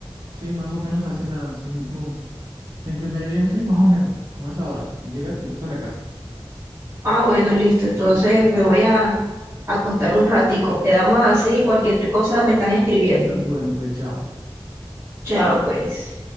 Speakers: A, on the right; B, on the right.
A: Sí, más o menos hacen las 5 5 y media, sí, más o menos, como es ahora. Llega entonces a la casa.
B: Ah, bueno, listo. Entonces me voy a acostar un ratico. Quedamos así. Cualquier cosa me estás escribiendo.
A: Bueno, pues chao.
B: Chao, pues.